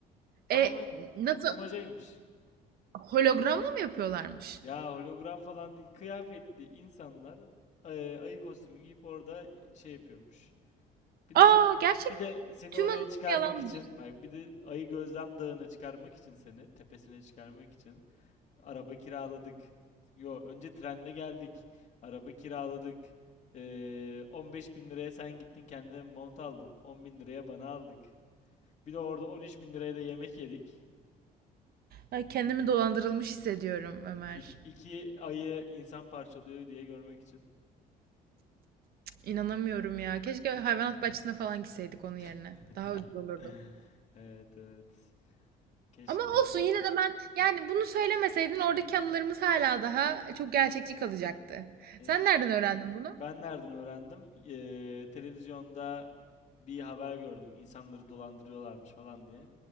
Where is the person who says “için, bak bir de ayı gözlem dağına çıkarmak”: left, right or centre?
Left